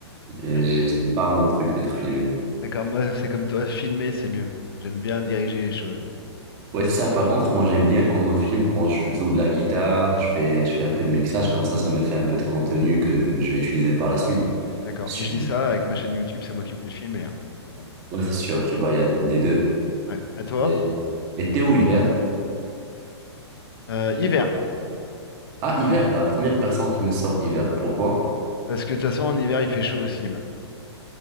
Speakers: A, on the right; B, on the left.
A: Euh,
B: Euh,
A: j'ai- C'est pas mon truc d'être filmé.
B: D'accord, moi c'est comme toi, filmer c'est mieux. J'aime bien diriger les choses.
A: Ouais, c'est ça. Par contre, moi, j'aime bien qu'on me filme quand je joue de la guitare, je fais, je fais un peu de mixage, comme ça, ça me fait un peu de contenu que je vais utiliser par la suite.
B: D'accord,
A: Sur-
B: mais je dis ça avec ma chaîne YouTube, c'est moi qui me fais filmer. hein. Ah Bon,
A: Ouais, c'est sûr, tu vois, il y a les deux.
B: ouais. À toi.
A: Et- Été ou hiver?
B: Euh, hiver,
A: Ah, hiver, la première personne qui me sort hiver. Pourquoi?
B: parce que de toute façon en hiver il fait chaud aussi maintenant.